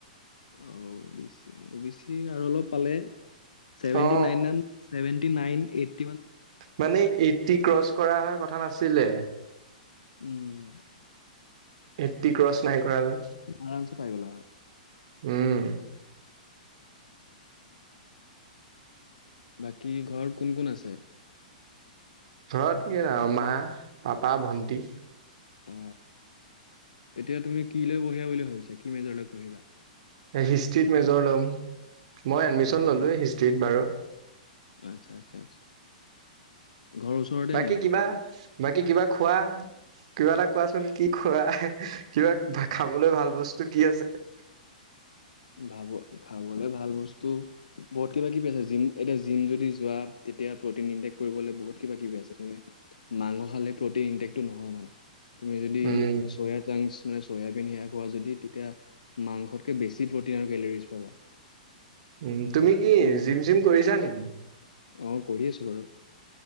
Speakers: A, on the left; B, on the right.
A: OBC, OBC আৰু অলপ পালে চেভেণ্টি
B: অ
A: নাইন এনে ছেভেণ্টি নাইন এইট।
B: মানে এইটি ক্ৰচ কৰা হয়, কথা নাছিলে?
A: উম।
B: এইটটি ক্ৰচ নাই কৰা যে।
A: আৰামছে পাই গ'লা হয়।
B: উম।
A: বাকী ঘৰত কোন কোন আছে?
B: ঘৰত কি আৰু মা পাপা, ভণ্টি।
A: অ, এতিয়া তুমি কি লৈ পঢ়িবা বুলি ভাবিছা। কি মেজৰলৈ পঢ়িবা?
B: হিষ্ট্ৰীত মেজৰ লম। মই এডমিচন
A: আচ্ছা
B: ল'লোৱ হিষ্ট্ৰত বাৰু।
A: আচ্ছা, আচ্ছা, আচ্ছা ঘৰৰ ওচৰতে
B: বাকী
A: নেকি
B: কিবা,
A: ঘৰ?
B: বাকী কিবা খোৱা। কিবা এটা কোৱাচোন কি খোৱা? কিবা খাবলৈ ভাল বস্তু সেইটো কি আছে?
A: ভাব খাবলৈ ভাল বস্তু ত। বহুত কিবা কিবি আছে জিম এতিয়া জিম যদি যোৱা তেতিয়া প্ৰটিন ইনটেক কৰিবলৈ বহুত কিবা কিবি আছে। মাংস খালে প্ৰটিন ইনটেকটো নহয় মানে। তুমি যদি
B: উম
A: চয়াৰা যাও মানে চয়াবিন সেয়া খোৱা যদি তেতিয়া মাংসতকে বেছি প্ৰটিন আৰু মিনাৰে পাবা।
B: উ, তুমি কি
A: বুজিছা
B: জিম, চিম কৰিছা নেকি?
A: অ, কৰি আছো বাৰু।